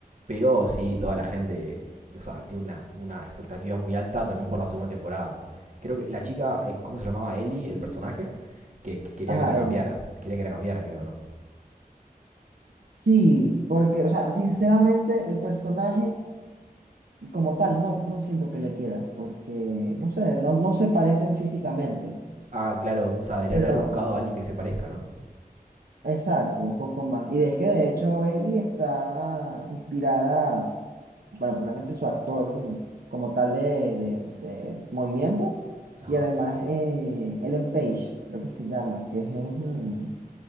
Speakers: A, on the right; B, on the right.
A: pero sí, toda la gente, o sea, tiene una, una expectativa muy alta también por la segunda temporada. Creo que la chica, eh, ¿cómo se llamaba? Ellie, el personaje, que que quería
B: Ajá,
A: que la cambiaran.
B: él.
A: Quería que la cambiaran, creo, ¿no?
B: Sí, porque, o sea, sinceramente el personaje como tal no, no siento que le queda, porque, no sé, no, no se parecen físicamente,
A: Ah, claro, o sea, deberían
B: pero
A: haber buscado a alguien que se parezca, ¿no?
B: exacto, un poco más. Y es que de hecho Ellie está inspirada, bueno, primeramente su actor mm, como tal de, de, de movimiento,
A: Ajá.
B: y además eh, Ellen Page, creo que se llama, que es... eh, mm,